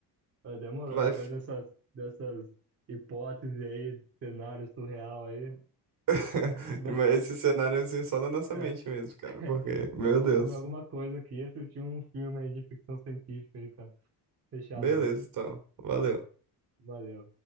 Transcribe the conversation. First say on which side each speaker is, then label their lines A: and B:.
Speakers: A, on the right; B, on the right.
A: é, demorou,
B: Tu vai.
A: depois dessas, dessas hipóteses aí, cenário surreal aí,
B: <laughs>
A: eu vou,
B: Mas esse cenário assim só na nossa
A: é,
B: mente mesmo, cara.
A: <laughs>
B: Porque, meu
A: eu vou
B: Deus.
A: comer alguma coisa aqui e assistir um filme aí de ficção científica aí pra fechar
B: Beleza,
A: a noite.
B: então. Valeu.
A: Valeu.